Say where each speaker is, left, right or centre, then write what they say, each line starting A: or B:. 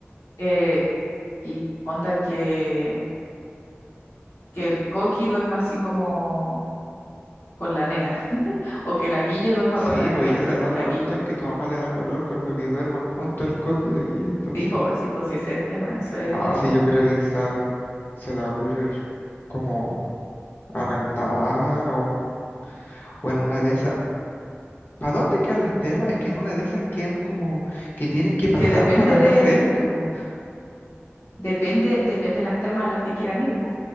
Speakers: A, on the left; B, on the left.
A: eh, y onda que, que el coqui duerma así como con la nena, <laughs> o que la guille duerma
B: Sí,
A: con la nena,
B: pues y esa
A: pero es
B: es la
A: que
B: otra
A: la
B: cuestión,
A: guille.
B: que tu mamá le da color con lo que duerman junto el coqui y la guilla, entonces.
A: Sí, pues, sí, pues sí, ese es el tema. Eso es.
B: No, sí, yo creo que quizás se le va a ocurrir como arrendar o, o en una de esas ¿Para dónde quedan las termas? Es que en una de esas quedan como que tienen que
A: Es
B: pasar
A: que depende
B: por acá
A: de,
B: cerca, po.
A: depende, depende de las termas a las que quieran ir, pues.